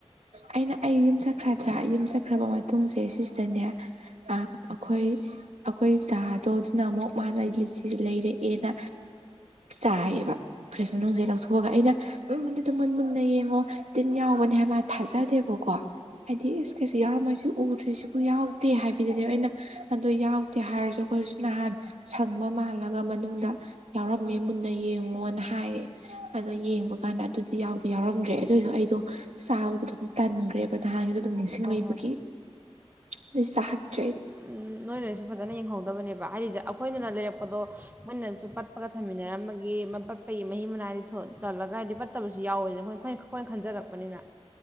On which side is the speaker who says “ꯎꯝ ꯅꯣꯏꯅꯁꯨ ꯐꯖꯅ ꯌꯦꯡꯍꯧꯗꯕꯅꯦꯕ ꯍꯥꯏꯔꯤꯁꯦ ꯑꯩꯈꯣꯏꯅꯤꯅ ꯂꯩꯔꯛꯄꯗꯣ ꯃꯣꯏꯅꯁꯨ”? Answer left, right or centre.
Right